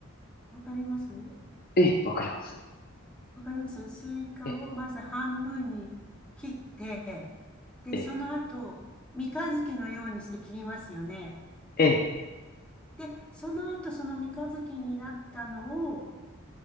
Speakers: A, in the centre; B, on the left.
A: わかります
B: え、ええわかります。
A: わかりますスイカをまず半分に切って、
B: ええ、
A: で、
B: ええ、
A: その後、三日月のようにして切りますよね。
B: ええ。
A: で、その後、その三日月になったのを